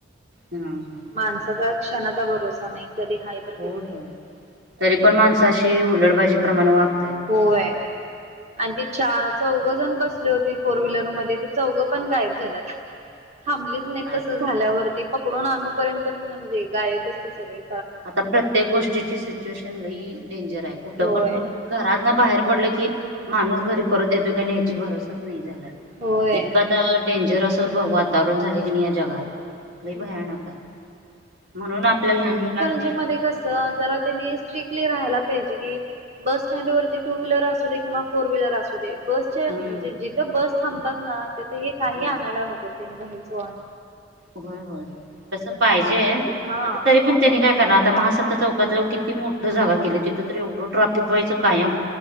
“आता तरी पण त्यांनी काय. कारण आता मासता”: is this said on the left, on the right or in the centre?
Right